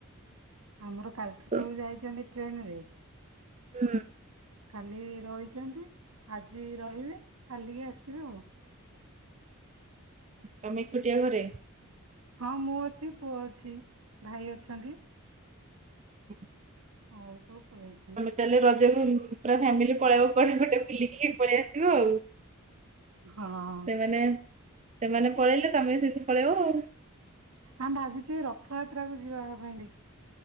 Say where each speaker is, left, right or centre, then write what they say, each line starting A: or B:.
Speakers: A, on the right; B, on the right.
A: ଆମର କାଲିଠୁ
B: ତ।
A: ସବୁ ଯାଇଚନ୍ତି ଟ୍ରେନ୍ ରେ।
B: ହୁଁ।
A: କାଲି ରହିଚନ୍ତି ଆଜି ରହିବେ କାଲିକି ଆସିବେ ଆଉ।
B: ତମେ ଏକୁଟିଆ ଘରେ?
A: ହଁ ମୁଁ ଅଛି ପୁଅ ଅଛି ଭାଇ ଅଛନ୍ତି।
B: ହ <inaudible>
A: ଆଉ ସବୁ ପଳେଇଛ
B: ତାଲେ ରଜକୁ ପୁରା ଫ୍ୟାମିଲି ପଳେଇବ କୁଆଡେ ଗୋଟେ ବୁଲିକି ପଳେଇ ଆସିବ ଆଉ।
A: ହଁ।
B: ସେମାନେ ସେମାନେ ପଳେଇଲେ ତମେ ସେମିତି ପଳେଇବ ଉ।
A: ଆଁ ଭାବିଚି ରଥଯାତ୍ରା କୁ ଯିବା ପାଇଁ ଦେ